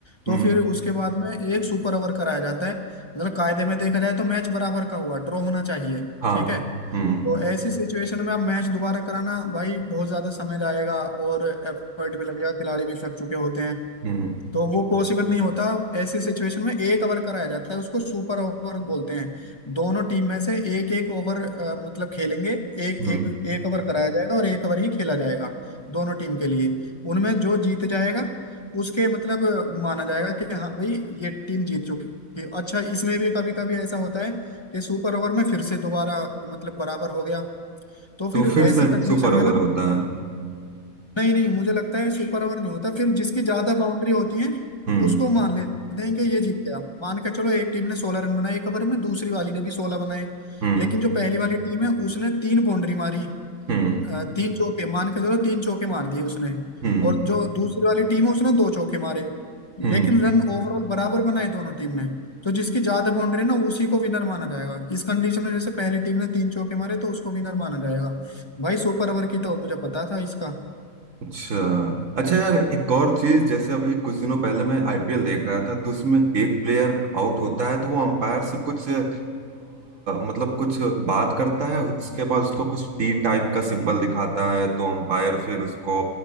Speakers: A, on the left (about 25°); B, on the right (about 60°).
A: तो
B: हम्म
A: फिर उसके बाद में एक सुपर ओवर कराया जाता है मतलब कायदे में देखा जाए तो मैच बराबर का हुआ ड्रॉ होना चाहिए
B: हाँ
A: ठीक है
B: हम्म
A: तो ऐसी सिचुएशन में अब मैच दोबारा कराना भाई बहुत ज्यादा समय जाएगा और एफर्ट भी लगेगा खिलाड़ी भी थक चुके होते हैं
B: हम्म
A: तो वो पॉसिबल नहीं होता ऐसी सिचुएशन में एक ओवर कराया जाता है उसको सुपर ओवर बोलते हैं दोनों टीम में से एक एक ओवर मतलब खेलेंगे एक
B: हम्म
A: एक एक ओवर कराया जाएगा और एक ओवर ही खेला जाएगा दोनों टीम के लिए उनमें जो जीत जाएगा उसके मतलब अ, माना जाएगा कि हाँ भाई ये टीम जीत चुकी है अच्छा इसमें भी कभी कभी ऐसा होता है कि सुपर ओवर में फिर से दोबारा मतलब बराबर हो गया तो फिर
B: तो फिर
A: ऐसी
B: से
A: कंडीशन
B: सुपर
A: में
B: ओवर
A: ना
B: होता है
A: नहीं नहीं मुझे लगता है सुपर ओवर नहीं होता फिर जिसकी ज्यादा बाउंड्री होती है
B: हम्म
A: उसको मान लेते हैं कि ये जीत गया मान के चलो एक टीम ने सोलह रन बनाए एक ओवर में दूसरी वाली ने भी सोलह बनाए
B: हम्म
A: लेकिन जो पहली वाली टीम है उसने तीन बाउंड्री मारी
B: हम्म
A: अ, तीन चौके मान के चलो तीन चौके मार दिए उसने
B: हम्म
A: और जो दूसरी वाली टीम है उसने दो चौके मारे लेकिन
B: हम्म
A: रन ओवरऑल बराबर बनाए दोनों टीम ने तो जिसकी ज्यादा बाउंड्री है ना उसी को विनर माना जाएगा इस कंडीशन में जैसे पहली टीम ने तीन चौके मारे तो उसको विनर माना जाएगा भाई सुपर ओवर की तो मुझे पता था इसका
B: अच्छा अच्छा यार एक और चीज जैसे अभी कुछ दिनों पहले मैं आईपीएल देख रहा था तो उसमें एक प्लेयर आउट होता है तो वो अंपायर से कुछ आ, मतलब कुछ बात करता है उसके बाद उसको कुछ टी टाइप का सिंबल दिखाता है तो अंपायर फिर उसको